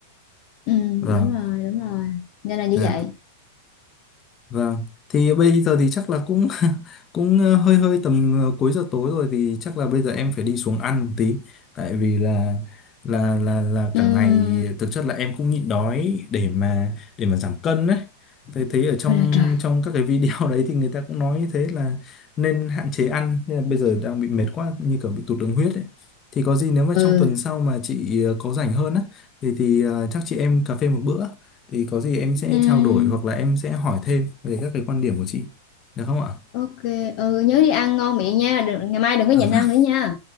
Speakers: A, on the left; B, on the left.
A: ừ
B: Vâng.
A: đúng rồi đúng rồi nên là như
B: Dạ.
A: vậy
B: Vâng, thì bây giờ thì chắc là cũng <laughs> cũng ờ, hơi hơi tầm ờ, cuối giờ tối rồi thì chắc là bây giờ em phải đi xuống ăn một tí tại vì là là là là
A: ừ
B: cả ngày thực chất là em cũng nhịn đói để mà để mà giảm cân đấy. Thấy thấy ở trong
A: ôi là trời
B: trong các cái video <laughs> đấy thì người ta cũng nói như thế là nên hạn chế ăn nên là bây giờ đang bị mệt quá như kiểu bị tụt đường huyết ấy. Thì có gì nếu mà
A: ừ
B: trong tuần sau mà chị ờ, có rảnh hơn á thì thì ờ, chắc chị em cà phê một bữa thì có gì em sẽ
A: ừ
B: trao đổi hoặc là em sẽ hỏi thêm về các cái quan điểm của chị được không ạ?
A: ok ừ nhớ đi ăn ngon miệng nha đừng, ngày mai đừng có
B: <laughs>
A: nhịn ăn nữa nha